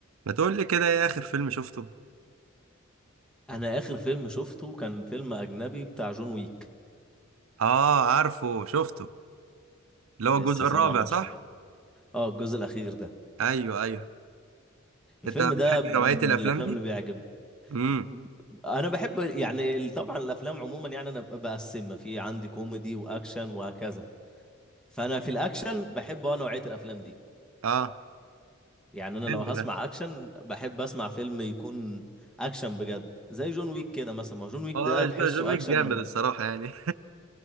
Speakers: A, on the right (about 80°); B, in the centre.
A: ما تقول لي كده ايه اخر فيلم شفته
B: انا اخر فيلم شفته كان فيلم اجنبي بتاع جون ويك
A: اه عارفه شفته اللي هو
B: لسه
A: الجزء
B: سامعه
A: الرابع
B: من
A: صح
B: شويه اه الجزء الاخير ده
A: ايوه ايوه
B: الفيلم
A: انت
B: ده
A: بتحب
B: من
A: نوعية <laughs> الافلام
B: الافلام
A: دي
B: اللي بيعجبني
A: امم
B: م- انا بحب يعني ال- طبعا الافلام عموما يعني انا ب- بقسمها في عندي كوميدي واكشن وهكذا فانا في الاكشن بحب اه نوعيه الافلام دي
A: اه
B: يعني انا
A: حلو
B: لو هسمع
A: ده
B: اكشن بحب اسمع فيلم يكون اكشن بجد زي جون ويك كده مثلا ما جون ويك
A: اه
B: ده
A: جون
B: تحسه
A: جون ويك
B: اكشن
A: جامد الصراحة يعني